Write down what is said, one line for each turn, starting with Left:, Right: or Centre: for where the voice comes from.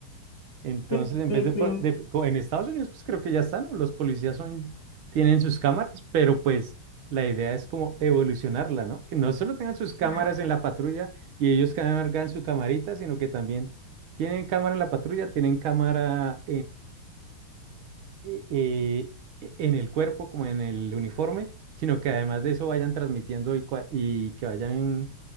Right: Entonces,
Left: sí,
Right: en
Left: sí,
Right: vez de, po-
Left: sí.
Right: de- co- en Estados Unidos, pues creo que ya están, ¿no? Los policías son, tienen sus cámaras, pero pues la idea es como evolucionarla, ¿no? Que no solo tengan sus cámaras
Left: Ujú.
Right: en la patrulla y ellos cargan su camarita, sino que también tienen cámara en la patrulla, tienen cámara eh, eh, en el cuerpo, como en el uniforme, sino que además de eso vayan transmitiendo y, cua- y que vayan